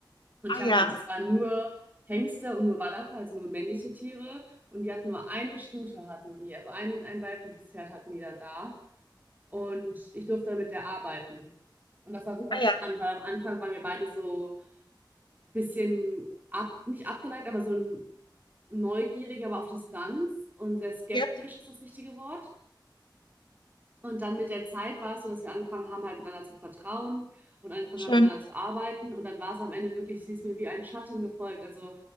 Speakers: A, on the right (about 20°); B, on the left (about 75°).
A: Und
B: Ah
A: ich habe
B: ja,
A: halt,
B: ah
A: es
B: ja,
A: waren nur Hengste und nur Wallache, also nur männliche Tiere. Und die hatten nur eine Stute, hatten die. Also ein, ein weibliches Pferd hatten die dann da. Und ich durfte dann mit der arbeiten. Und das war super
B: ah
A: spannend,
B: ja,
A: weil am Anfang waren wir beide so ein bisschen ab, nicht abgeneigt, aber so neugierig, aber auf Distanz und sehr skeptisch
B: ja,
A: ist das richtige Wort. Und dann mit der Zeit war es so, dass wir angefangen haben, halt miteinander zu vertrauen und angefangen
B: schön.
A: haben, miteinander zu arbeiten. Und dann war es am Ende wirklich, sie ist mir wie ein Schatten gefolgt. Also,